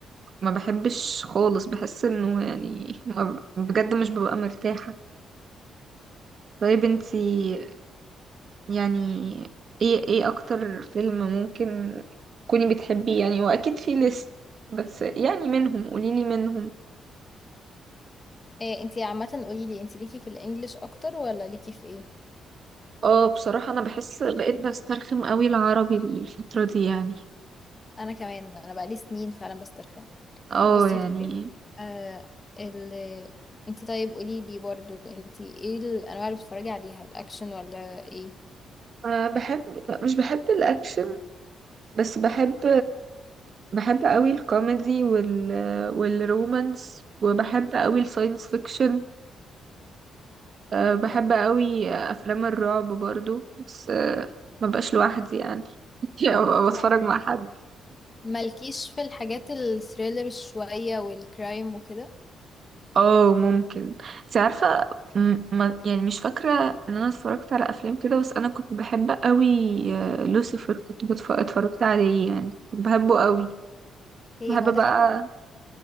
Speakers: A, on the right; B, on the left.
A: ما بحبش خالص بحس انه يعني ما ب- بجد مش ببقى مرتاحة طيب انتي يعني ايه ايه اكتر فيلم ممكن تكوني بتحبيه يعني واكيد في ليست بس يعني منهم قوليلي منهم
B: إيه انتي عامه قولي لي انتي ليكي في الانجليش اكتر ولا ليكي في ايه
A: اه بصراحة انا بحس بقيت بسترخم قوي العربي الفترة دي يعني
B: انا كمان انا بقالي سنين فعلا بسترخم
A: اه
B: بصي
A: يعني
B: طيب آه ال انت طيب قولي لي برضو انت ايه الانواع اللي بتتفرجي عليها الاكشن ولا ايه
A: أه بحب مش بحب الاكشن بس بحب بحب قوي الكوميدي وال والرومانس وبحب قوي الساينس فيكشن أه بحب
B: أو
A: قوي افلام الرعب برضو بس أه ما بقاش لوحدي يعني <laughs> يعني أبقى بتفرج
B: يعني
A: مع حد
B: مالكيش في الحاجات الثريلر شوية والكرايم وكده
A: اه ممكن انت عارفه م- ما يعني مش فاكره ان انا اتفرجت على افلام كده بس انا كنت بحب قوي آه، لوسيفر كنت بتف- اتفرجت عليه يعني كنت بحبه قوي كنت
B: ايه
A: بحب
B: هو ده
A: بقى
B: فيلم ولا مسلسل؟